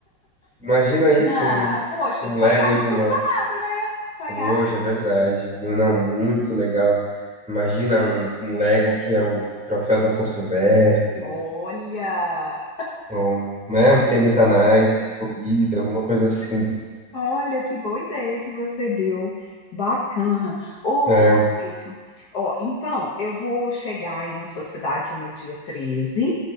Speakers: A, in the centre; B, on the left.
A: Imagina isso,
B: ah,
A: um,
B: poxa,
A: um
B: sonhar
A: Lego
B: não
A: de
B: custa
A: uma.
B: nada, né? Sonhar.
A: Poxa, é verdade. Não, muito legal. Imagina um, um Lego que é o, o troféu da São Silvestre.
B: Olha,
A: Ou, um, né, um tênis da Nike de corrida, alguma coisa assim.
B: olha que boa ideia que você deu. Bacana. Ô,
A: É,
B: ô,
A: eu,
B: Maurício, ó, então eu vou chegar aí na sua cidade no dia 13.